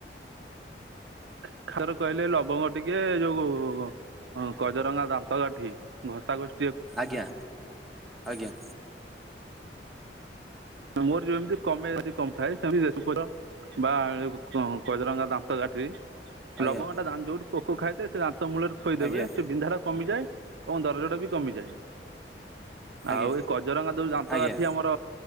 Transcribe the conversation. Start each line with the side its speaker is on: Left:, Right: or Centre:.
Right: ଖା ଖାର କହିଲେ ଲବଙ୍ଗ ଟିକେ ଯୋଉଗୁ ଗ ହଁ କଜରଙ୍ଗା ଦାନ୍ତ କାଠି ଘଷା ଘଷି
Centre: ଆଜ୍ଞା ଆଜ୍ଞା
Right: ମୋର ଯେମିତି କମେଇ ବା କମଥାଏ ସେମିତି ଜେସୁ ପଡ ବା ଏକୋ କଂ କଜରଙ୍ଗା ଦାନ୍ତ କାଠି
Centre: ଆଜ୍ଞା
Right: ଲବଙ୍ଗ ଟା ଦାନ୍ତ ଯୋଉଠି ପୋକ ଖାଇଥାଏ ସେ ଦାନ୍ତ ମୂଳ ରେ ଥୋଇ ଦେବେ
Centre: ଆଜ୍ଞା
Right: ସେ ବିନ୍ଧା ଟା କମି ଯାଏ। ଏବଂ ଦରଜଟା ବି କମିଯାଏ
Centre: ଆଜ୍ଞା
Right: ଆଉ ଏ କଜରଙ୍ଗା ଯୋଉ ଦାନ୍ତକାଠି
Centre: ଆଜ୍ଞା
Right: ଆମର